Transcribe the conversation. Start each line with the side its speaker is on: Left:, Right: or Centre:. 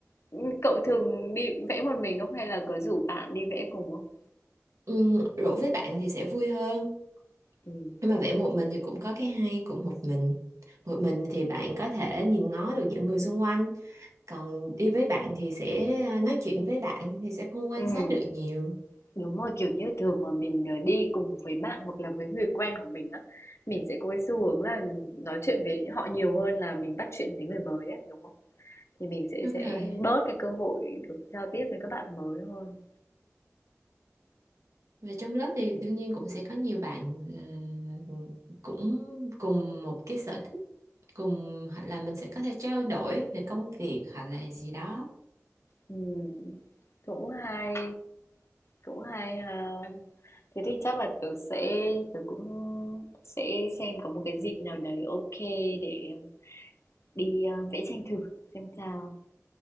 Left: Ừm, cậu thường đi vẽ một mình không hay là có rủ bạn đi vẽ cùng không?
Right: Ừ, rủ với bạn thì sẽ vui hơn
Left: Ừm.
Right: nhưng mà vẽ một mình thì cũng có cái hay của một mình một mình thì bạn có thể nhìn ngó được những người xung quanh còn đi với bạn thì sẽ à, nói chuyện với bạn thì sẽ không quan
Left: Ừm,
Right: sát được nhiều
Left: đúng rồi, kiểu như, thường mà mình, ờ, đi cùng với bạn hoặc là với người quen của mình á, mình sẽ có cái xu hướng là nói chuyện với họ nhiều hơn là mình bắt chuyện với người mới ấy, đúng không? Thì mình sẽ
Right: đúng
Left: sẽ
Right: rồi
Left: bớt cái cơ hội được giao tiếp với các bạn mới hơn.
Right: và trong lớp thì đương nhiên cũng sẽ có nhiều bạn ờ, cũng cùng một cái sở thích cùng hoặc là mình sẽ có thể trao đổi về công việc hoặc là gì đó
Left: Ừm, cũng hay cũng hay ha thế thì chắc là tớ sẽ tớ cũng sẽ xem có một cái dịp nào đấy ok để đi ờ, vẽ tranh thử xem sao